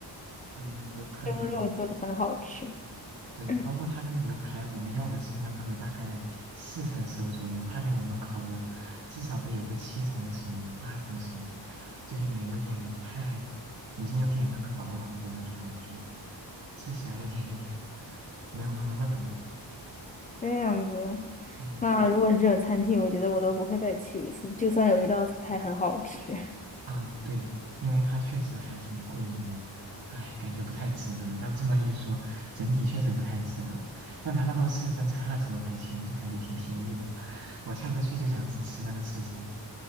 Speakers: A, on the right; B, on the left.
A: 嗯，
B: <laughs>
A: 有可能。
B: 生肉做的很好吃。
A: 对，
B: 嗯
A: 包括他那个牛排，我们要的是那个大概四成熟左右，他给我们烤的至少得有个七成熟、八成熟，就有点有点太，已经有点那个老老的那种感觉了，吃起来有点有点没有那么嫩了。
B: 这样子，
A: 嗯
B: 那如果是这种餐厅，我觉得我都不会再去一次，就算有一道菜很好吃。
A: 啊，对，因为它确实还挺贵的，哎，感觉不太值得。那这么一说，整体确实不太值得，但他那道刺身才二十多块钱，就感觉挺便宜的。我下次去就想只吃那个刺身。